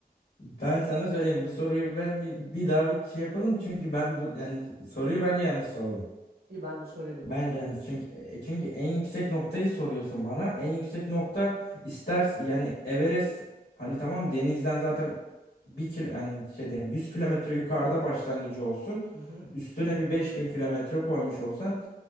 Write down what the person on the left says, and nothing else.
Ben sana söyleyeyim bu soruyu ben bir, bir daha bir şey yapalım çünkü ben bu yani soruyu bence yanlış sordum.
Bence
yani çünkü e, çünkü en yüksek noktayı soruyorsun bana. En yüksek nokta istersen yani Everest hani tamam denizden zaten bir kil yani şey diyeyim, 100 kilometre yukarıda başlangıcı olsun.
Üstüne bir beş bin kilometre koymuş olsan